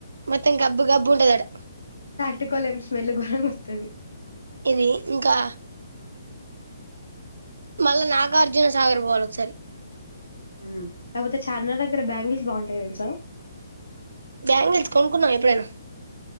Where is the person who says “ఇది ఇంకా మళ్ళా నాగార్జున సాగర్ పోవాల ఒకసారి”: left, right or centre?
Right